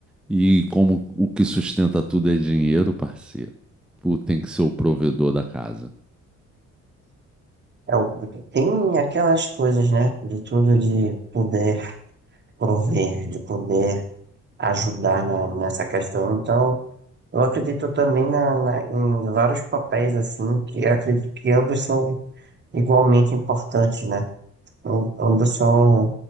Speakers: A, in the centre; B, on the right.
A: E como o que sustenta tudo é dinheiro, parceiro, tu tem que ser o provedor da casa.
B: É, o- tem aquelas coisas, né? De tudo de poder prover, de poder ajudar na- nessa questão. Então, Eu acredito também na, na- em vários papéis, assim, que eu acredito que ambos são igualmente importantes, né? Am- Ambos são